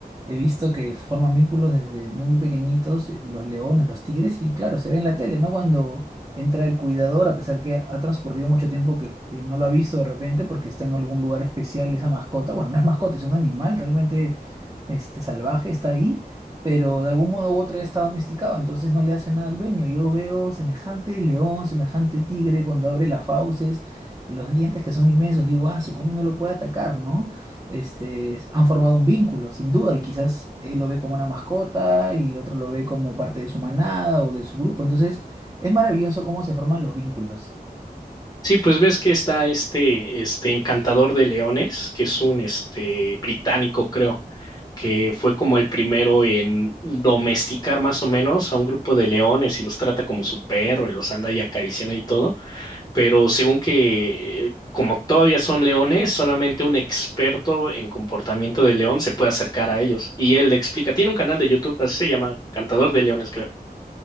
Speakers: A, on the right; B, on the left.
A: he visto que forman vínculos desde muy pequeñitos, los leones, los tigres, y claro, se ve en la tele, ¿no? Cuando entra el cuidador, a pesar que ha transcurrido mucho tiempo que, que no lo ha visto de repente porque está en algún lugar especial esa mascota. Bueno, no es mascota, es un animal realmente este, salvaje, está ahí, pero de algún modo u otro ya está domesticado, entonces no le hace nada al dueño. Yo veo semejante león, semejante tigre cuando abre las fauces y los dientes que son inmensos, digo, ah, su, ¿cómo no lo puede atacar, no? Este, han formado un vínculo, sin duda, y quizás él lo ve como una mascota y el otro lo ve como parte de su manada o de su grupo, entonces es maravilloso cómo se forman los vínculos.
B: Sí, pues ves que está este, este encantador de leones, que es un este británico, creo, que fue como el primero en domesticar más o menos a un grupo de leones y los trata como su perro y los anda ahí acariciando y todo. Pero según que eh, como todavía son leones, solamente un experto en comportamiento de león se puede acercar a ellos. Y él le explica, tiene un canal de YouTube, así se llama, Cantador de Leones, creo.